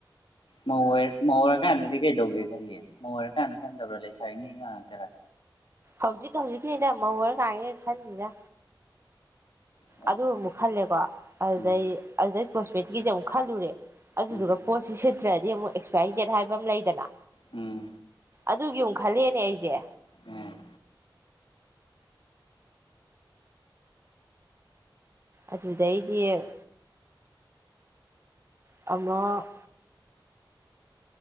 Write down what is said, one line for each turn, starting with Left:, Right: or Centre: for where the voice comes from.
Left: ꯃꯧ ꯑꯣꯏꯔ ꯃꯧ ꯑꯣꯏꯔꯀꯥꯟꯗꯗꯤ ꯀꯩꯗꯧꯒꯦ ꯈꯜꯂꯤ ꯃꯧ ꯑꯣꯏꯔꯀꯥꯟꯗ ꯈꯟꯗꯕ꯭ꯔꯥ ꯂꯩꯁꯥꯔꯤꯉꯩ ꯉꯥꯛꯇꯔꯥ
Right: ꯍꯧꯖꯤꯛ ꯍꯧꯖꯤꯛꯀꯤꯅꯤꯅꯦ ꯃꯧ ꯑꯣꯏꯔ ꯀꯟꯒꯤꯗꯤ ꯈꯟꯗꯤꯗ
Left: ꯑꯣ
Right: ꯑꯗꯨ ꯑꯃꯨꯛ ꯈꯜꯂꯦꯀꯣ ꯑꯗꯨꯗꯩ
Left: ꯎꯝ
Right: ꯑꯗꯨꯗꯩ <unintelligible> ꯒꯤꯖꯦ ꯑꯃꯨꯛ ꯈꯜꯂꯨꯔꯦ ꯑꯗꯨꯁꯨꯒ
Left: ꯎꯝ
Right: ꯄꯣꯁꯤ ꯁꯤꯠꯇꯔ꯭ ꯗꯤ ꯑꯃꯨꯛ ꯑꯦꯛꯁꯄꯥꯏꯔꯤ ꯗꯦꯠ ꯍꯥꯏꯕ ꯑꯃ ꯂꯩꯗꯅ
Left: ꯎꯝ
Right: ꯑꯗꯨꯒꯤ ꯑꯃꯨ ꯈꯂꯦꯅꯦ ꯑꯩ ꯌꯦ
Left: ꯎꯝ
Right: ꯑꯗꯨꯗꯩꯗꯤ ꯑꯃ